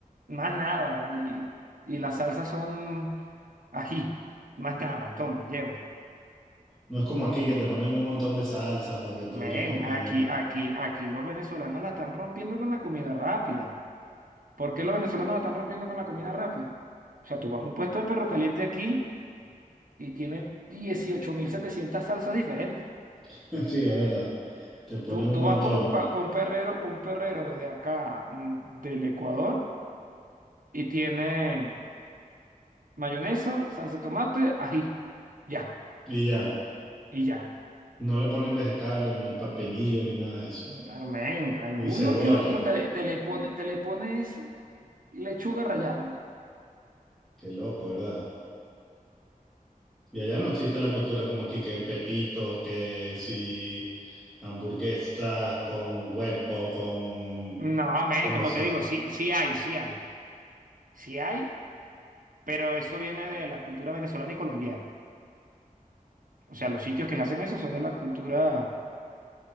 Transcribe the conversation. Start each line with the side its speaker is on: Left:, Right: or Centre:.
Right: Más nada. Y, y las salsas son ají. Más nada. Toma, lleva.
Centre: No es como aquí que te ponen un montón de salsas para que tú
Right: Men,
Centre: lo combines
Right: aquí,
Centre: nada.
Right: aquí, aquí los venezolanos la están rompiendo con la comida rápida. ¿Por qué los venezolanos la están rompiendo con la comida rápida? O sea, tú vas a un puesto de perro caliente aquí y tiene 18.700 salsas diferentes.
Centre: <laughs> Sí, es verdad. Te ponen
Right: Tú,
Centre: un
Right: tú
Centre: montón
Right: vas por un, pa- pa un perrero, por un perrero de acá, mm, del Ecuador, y tiene mayonesa, salsa de tomate, ají. Ya,
Centre: y ya.
Right: y ya.
Centre: No le ponen vegetales, ni pepinillo, ni nada de eso.
Right: Mm, Amén. Alguno
Centre: Ni cebolla.
Right: que otro te, le- te le pone, te le pones lechuga rallada.
Centre: Qué loco, ¿verdad? Y allá no existe la cultura como aquí que pepitos, que si hamburguesas con huevo, con
Right: No, amén,
Centre: cosas.
Right: como te digo, sí, sí hay, sí hay. Sí hay, pero eso viene de la cultura venezolana y colombiana. O sea, los sitios que hacen eso son de la cultura